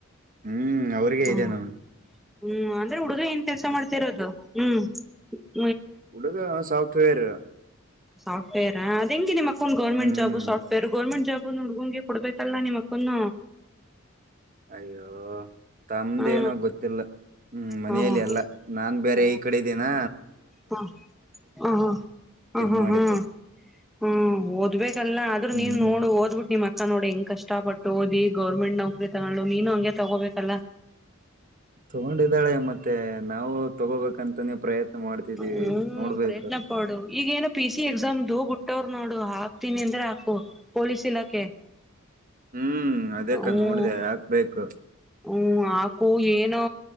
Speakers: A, on the right; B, in the centre.
A: ಹ್ಮ್ ಅವ್ರಿಗೆ
B: ಹ್ಮ್
A: ಇದ ನನ್
B: ಹ್ಮ್ ಆದ್ರೆ ಹುಡುಗ ಏನ್ ಕೆಲ್ಸ ಮಾಡ್ತಿರೋದು ಹ್ಮ್ <unintelligible>
A: ಹುಡ್ಗ ಸಾವಕಾರ <unintelligible>
B: ಸಾಫ್ಟವೆರ್ ಅದ ಹೆಂಗೆ ನಿಮ್ಮಕ್ಕ ಒಂದು ಗೌರ್ಮೆಂಟ್
A: ಹ್ಮ್
B: ಜಾಬ್ ಸಾಫ್ಟ್ವೇರ್ ಗೌರ್ಮೆಂಟ್ ಜಾಬ್ ಹುಡ್ಗಗೆ ಕೊಡ್ಬೇಕಲ್ಲ ನಿಮ್ಮಕ್ಕನ್ನ
A: ಅಯ್ಯೋ ತಮ್ದೇ
B: ಹಾ
A: ಏನೋ ಗೊತ್ತಿಲ್ಲ ಹ್ಮ್ ಮನೆಲ್ಲಿ
B: ಹಾ ಹಾ
A: ಎಲ್ಲಾ ನಾನ್ ಬೇರೆ
B: ಹಾ
A: ಈ ಕಡೆ ಇದ್ದೇನಾ
B: ಹಾ ಹಾ ಹಾ
A: ಇದ್
B: ಹಾ
A: ಮಾಡಿದ್ದು
B: ಹಾ ಹ್ಮ್ ಓದ್ಬೇಕಲ್ಲ ಆದ್ರೂ
A: ಹ್ಮ್
B: ನೀನ್ ನೋಡು ಓದ್ಬಿಟ್ಟು ನಿಮ್ ಅಕ್ಕ ನೋಡಿ ಹೆಂಗ್ ಕಷ್ಟಪಟ್ಟ ಓದಿ ಗೌರ್ಮೆಂಟ್ ನೌಕ್ರರಿ ತಗೋದ್ಲು ನೀನು ಹಂಗೆ ತಗೋಬೇಕಲ್ಲ
A: ತಗೊಂಡಿದ್ದಾಳೆ ಮತ್ತೆ ನಾವು ತೊಗೋಬೇಕಂತನೇ ಪ್ರಯತ್ನ ಮಾಡ್ತಿದೀವಿ
B: ಹ್ಮ್
A: ನೋಡ್ಬೇಕು
B: ಪ್ರಯತ್ನ ಪಡು ಈಗ ಏನೋ ಪಿ ಸಿ ಎಕ್ಸಾಮ್ದಬಟ್ಟವ್ರ ನೋಡು ಹಾಕ್ತೀನಿ ಅಂದ್ರೆ ಹಾಕು ಪೊಲೀಸ್ ಇಲಾಖೆ
A: ಹ್ಮ್ ಅದಕ್ಕ
B: ಹ್ಮ್
A: ನೋಡ್ದ ಯಾಕ್ ಬೇಕು
B: ಹ್ಮ್ ಆಕು ಏನು